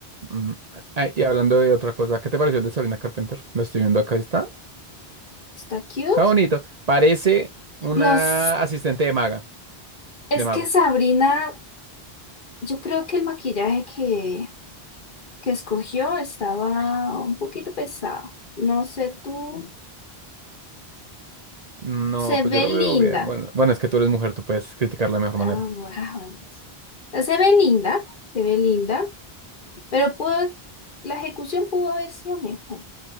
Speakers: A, on the right; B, on the left.
A: Mm. Ah, y hablando de otra cosa, ¿qué te pareció el de Sabrina Carpenter? Lo estoy viendo acá, está.
B: Está cute.
A: Está bonito. Parece una
B: Nos,
A: asistente de maga,
B: es
A: de mago.
B: que Sabrina, yo creo que el maquillaje que, que escogió estaba un poquito pesado. No sé tú,
A: No,
B: se
A: pues
B: ve
A: yo lo veo
B: linda.
A: bien. Bueno, bueno, es que tú eres mujer, tú puedes criticarla de mejor
B: Ah,
A: manera.
B: bueno. ah, bueno. Se ve linda, se ve linda, pero pudo- la ejecución pudo haber sido mejor.